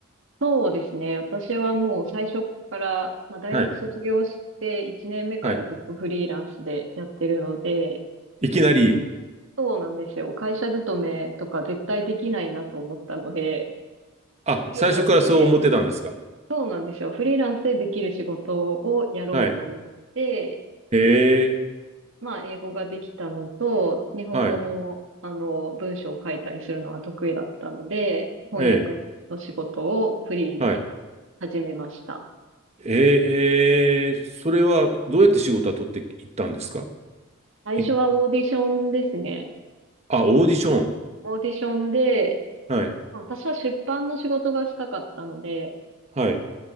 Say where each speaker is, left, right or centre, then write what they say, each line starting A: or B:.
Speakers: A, on the right (about 60°); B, on the right (about 30°).
A: そうですね。私はもう最初から、まあ、大学卒業して1年目からずっとフリーランスでやってるので、
B: はい、はい。いきなり、
A: そうなんですよ。会社勤めとか絶対できないなと思ったので、
B: あ、
A: フリーランスで、
B: 最初からそう思ってたんですか
A: そうなんですよ。フリーランスでできる仕事をやろうと思って、
B: はい。え
A: まあ、英語ができたのと、日本語も、
B: ー、はい、
A: あの、文章を書いたりするのは得意だったので、翻訳の仕事をフリーで
B: えー、はい。
A: 始めました。
B: えー、えーそれはどうやって仕事は取っていったんですか
A: 最初はオーディションですね。
B: い、あ、オーディション。
A: オーディションで、
B: はい、
A: まあ私は出版の仕事がしたかったので、
B: はい。